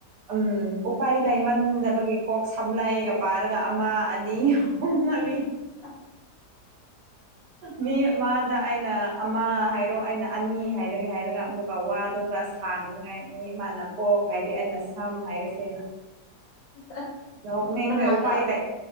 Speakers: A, on the right (about 80°); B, on the left (about 70°).
A: ꯎꯝ ꯎꯄꯥꯏ ꯂꯩꯥꯏꯃꯟꯕꯒꯤ ꯀꯣꯛ ꯁꯝ ꯂꯥꯏꯒ ꯄꯥꯔꯒ ꯑꯃ ꯑꯅꯤ ꯑꯍꯨꯝ ꯃꯔꯤ
B: ꯑꯁ
A: ꯃꯤ ꯑꯃꯗ ꯑꯩꯅ ꯑꯃ ꯍꯥꯏꯔꯣ ꯑꯩꯅ ꯑꯅꯤ ꯍꯥꯏꯔꯒꯦ ꯍꯥꯏꯔꯒ ꯑꯃꯨꯛ ꯋꯥꯗꯣ ꯄꯨꯔ ꯁꯥꯡꯅꯤꯉꯥꯏ ꯃꯤ ꯑꯃꯅ ꯀꯣꯛ ꯍꯥꯏꯗꯤ ꯑꯩꯅ ꯁꯝ ꯍꯥꯏꯔꯤꯁ ꯑꯩꯅ
B: ꯑꯁ
A: ꯅ ꯃꯤꯡꯅ
B: ꯀꯅꯥꯒ
A: ꯎꯄꯥꯏꯗ